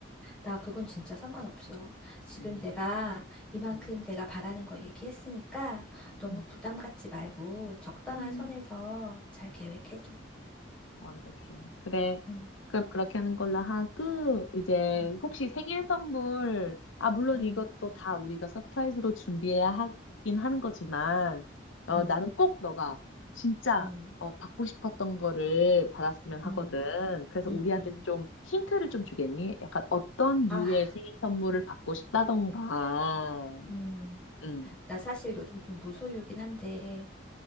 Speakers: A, in the centre; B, on the left (about 85°).
A: 나 그건 진짜 상관없어. 지금
B: 음,
A: 내가 이만큼
B: 음,
A: 내가 바라는 거 얘기했으니까 너무
B: 음.
A: 부담 갖지 말고 적당한
B: 음,
A: 선에서 잘 계획해줘.
B: 완벽해. 그래.
A: 음,
B: 그럼 그렇게 하는 걸로 하고, 이제
A: 음,
B: 혹시 생일 선물, 아, 물론
A: 음,
B: 이것도 다 우리가 서프라이즈로 준비해야 하긴 하는 거지만, 어,
A: 음,
B: 나는 꼭 너가 진짜,
A: 음.
B: 어, 받고 싶었던 거를 받았으면 하거든.
A: 음.
B: 그래서
A: 음,
B: 우리한테
A: 음.
B: 좀 힌트를 좀 주겠니? 약간 어떤 류의
A: 아,
B: 생일 선물을 받고 싶다던가.
A: 음.
B: 음,
A: 나 사실 요즘 좀 무소유긴 한데,